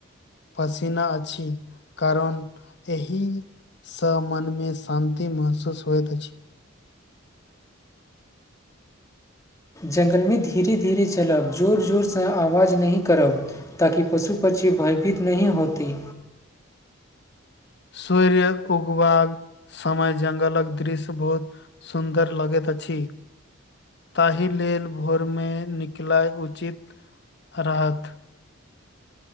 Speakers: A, on the left; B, on the left.
A: पसीना अ छी कारण एहि सँ मनमे शान्तति महसूस होइत अछि
B: जङ्गलमे धीरे धीरे चलब जोर जोर सँ आवाज नहि करब ताकि पशु पक्षी भयभीत नहि होती
A: सूर्य उगबाक समय जगलक दृश्य बहुत सुन्दर लगैत अ छी ताहि लेल भोरमे निकलय उचित रहत